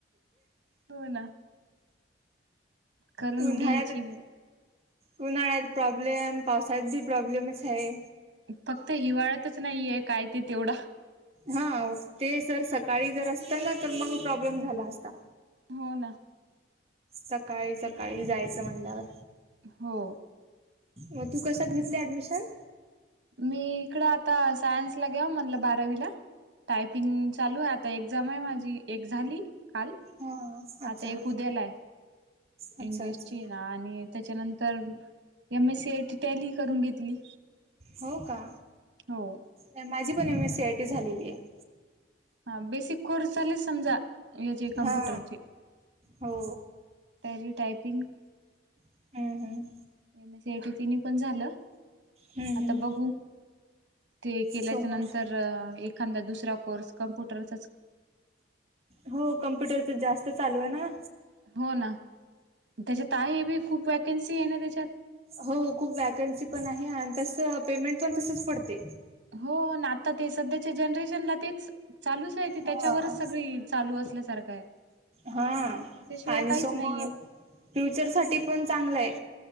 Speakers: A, on the right; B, on the right.
A: हो ना. करून
B: उन्हाळ्यात
A: घ्यायची.
B: उन्हाळ्यात प्रॉब्लेम पावसात बी प्रॉब्लेमच हाय.
A: फक्त हिवाळ्यातच नाहीये काय ते तेवढा
B: हा ते सर सकाळी जर असत ना तर मंग प्रॉब्लेम झाला असता.
A: हो ना
B: सकाळी सकाळी जायचं म्हणल्यावर
A: हो.
B: म तू कशात घेतली ऍडमिशन?
A: मी इकड आता सायन्स ला घ्याव म्हटलं बारावीला टायपिंग चालू आहे आता एक्झाम आहे माझी एक झाली काल
B: हा अच्छा
A: आता एक कुद्यालाय.
B: अच्छा
A: इंग्लिश
B: अच्छा
A: ची ना आणि त्याच्यानंतर एम एस सीटी टल ह करून घेतली.
B: हो का
A: हो
B: नाही माझी पण M S C I T झालेली आहे.
A: हा बेस कोर्स झाले समजा. याचे कम्प्युटरचे
B: हा हो
A: टरी टायपिंग
B: हम्म हम्म
A: एम सट. तिने पण झालं
B: हम्म
A: आता
B: हम्म
A: बघू. ते केल्याच्या
B: समोर
A: नंतर एखादा दुसरा कोर्स कम्प्युटरचाच
B: हो कम्प्युटरच जास्त चालू आहे ना.
A: हो ना त्याच्यात आहे बी खूप वॅकन्सी आहे ना त्याच्यात
B: हो खूप वॅकन्सी पण आहे आणि तस पेमेंट पण तसच पडते.
A: हो ना आता ते सध्याच्या जनरेशनला तेच चालूच आहे ते
B: हा
A: त्याच्यावरच सगळी चालू असल्यासारखं आहे.
B: हा
A: त्याच्याशिवाय
B: आणि
A: काहीच
B: समोर
A: नाहीये.
B: फ्युचर साठी पण चांगलं आहे.